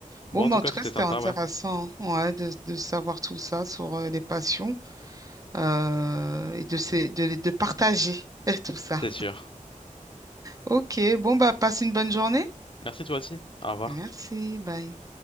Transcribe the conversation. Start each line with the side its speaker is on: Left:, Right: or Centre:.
Left: Bon,
Right: Bon,
Left: en
Right: bah,
Left: tout
Right: en
Left: cas,
Right: tout
Left: c'était
Right: cas, c'était
Left: sympa,
Right: intéressant
Left: ouais.
Right: ouais, de, de savoir tout ça sur euh, les passions euh, et de, ces- de, les- de partager <laughs> tout ça.
Left: C'est sûr.
Right: Ok. Bon, bah, passe une bonne journée.
Left: Merci toi aussi. Au revoir.
Right: Merci. Bye.